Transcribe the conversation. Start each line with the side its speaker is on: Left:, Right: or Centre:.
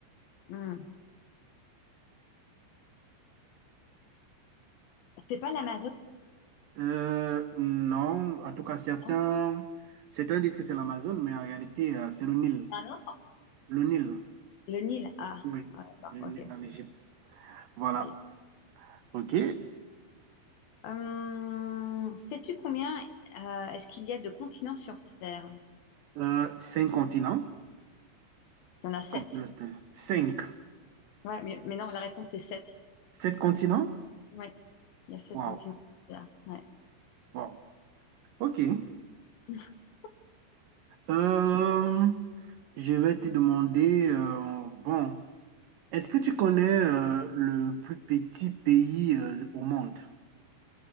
Left: Mm. C'est pas l'Amazon,
Right: Euh, non, en tout cas, certains,
Left: non?
Right: certains disent que c'est l'Amazone, mais en réalité, euh, c'est le Nil.
Left: C'est un autre?
Right: Le Nil,
Left: Le Nil. Ah,
Right: oui,
Left: ah, d'accord,
Right: le Nil
Left: ok.
Right: en Égypte. Voilà,
Left: ok.
Right: OK.
Left: Hum, sais-tu combien euh, est-ce qu'il y a de continents sur Terre?
Right: Euh, cinq continents,
Left: Il y en a sept.
Right: comme le style. Cinq.
Left: Ouais, mais, mais non, la réponse c'est sept.
Right: Sept continents?
Left: Ouais, il y a sept
Right: Waouh,
Left: continents sur Terre. Ouais.
Right: wow. OK.
Left: <laughs>
Right: Euh, je vais te demander, euh, bon, est-ce que tu connais euh, le plus petit pays euh, au monde?